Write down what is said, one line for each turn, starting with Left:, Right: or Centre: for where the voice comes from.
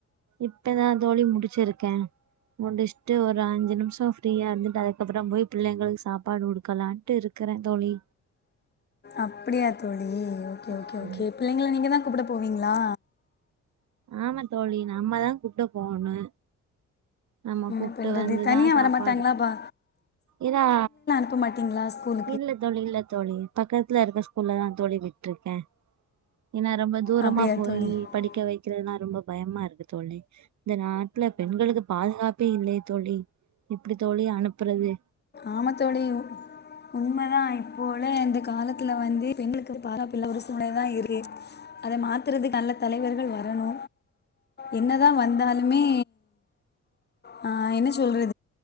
Right: இப்பதா தோழி முடிச்சிருக்க முடிஷ்ட்டு ஒரு அஞ்சு நிமுஷோ ஃப்ரீயா இருந்துட்டு அதுக்கப்பறோ போய் பிள்ளைங்களுக் சாப்பாடு குடுக்கலான்ட்டு இரு கற தோழி
Left: அப்படியா தோழி ஓகே
Right: ஆமா
Left: ஓகே ஓகே பிள்ளைங்கள நீங்க தா கூப்பட போவீங்களா
Right: ஆமா தோழி நம்மதா கூப்ட போணு நம்ம
Left: என்ன
Right: கூப்ட்டு
Left: பண்ணுறது
Right: வந்துதா
Left: தனியாக
Right: சாப்பாடு
Left: வர மாட்டாங்களாப்பா
Right: இதா
Left: ப்ப மாட்டிங்களா ஸ்கூல்
Right: இல்ல தோழி இல்ல தோழி பக்கத்துல இருக்க ஸ்கூல்லதா தோழி விட்ருக்க ஏன்னா ரொம்ப தூரமா
Left: அப்படியா
Right: போயி
Left: தோழி ம்
Right: படிக்க வைக்கறதுனா ரொம்ப பயமா இருக்கு தோழி இந்த நாட்ல பெண்களுக்கு பாதுகாப்பே இல்லை தோழி எப்டி தோழி அனுப்றது
Left: ஆமா தோழி உண்ம தா இப்ப உள்ள இந்த காலத்துல வந்து பெண்களுக்கு பாதுகாப் இல்ல ஒரு சூழ்நெல தா இருக்கு அத மாத்துறது நல்ல தலைவர்கள் வரணு என்னதா வந்தாலுமே அ என்ன சொல்றது